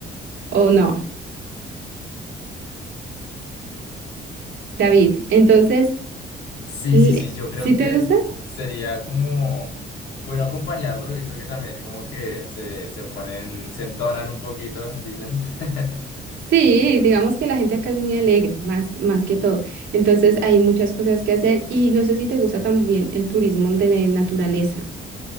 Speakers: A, on the right (about 75°); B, on the left (about 85°).
A: O no, David. Entonces,
B: Sí,
A: l-
B: sí, sí, yo creo
A: ¿sí
B: que
A: te gusta?
B: sería como bueno acompañarlo. He visto que también como que se, se ponen, se entonan un poquito, dicen. <laughs>
A: Sí, digamos que la gente acá es muy alegre, más, más que todo. Entonces hay muchas cosas que hacer y no sé si te gusta también el turismo de naturaleza.